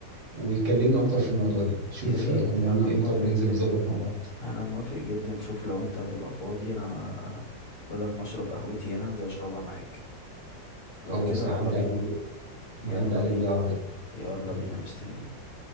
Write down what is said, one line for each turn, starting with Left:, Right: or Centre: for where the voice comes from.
Right: ويكلمني اكتر في الموضوع ده شوف
Left: يا ريت
Right: هيكون موجود
Left: انا
Right: امتى
Left: موافق
Right: وننزل
Left: جدا
Right: نظبط مع بعض
Left: انا موافق جدا شوف لو انت هتبقى فاضي انا بدل ما اشرب قهوتي هنا انزل اشربها معاك
Right: خلاص
Left: لو كده
Right: هعدي
Left: يلا بينا
Right: عليك بكره هعدي
Left: يلا
Right: عليك
Left: بينا
Right: بالعربية
Left: يلا
Right: يلا
Left: بينا مستنيك